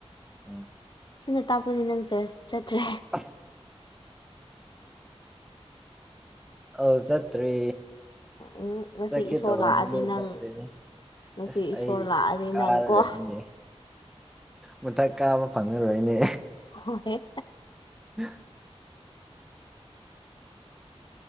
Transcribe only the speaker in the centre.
<unintelligible>
ꯑꯁ ꯑꯣ ꯆꯠꯇ꯭ꯔꯦ
ꯆꯠꯀꯦ
ꯇꯧꯔꯝꯕꯅꯦ
ꯆꯠꯇ꯭ꯔꯦ
ꯑꯁ
ꯑꯩ
ꯀꯥꯔꯔꯣꯏꯅꯤꯅꯦ
ꯃꯊꯛ ꯀꯥꯕ ꯐꯪꯉꯔꯣꯏꯅꯦ
<unintelligible>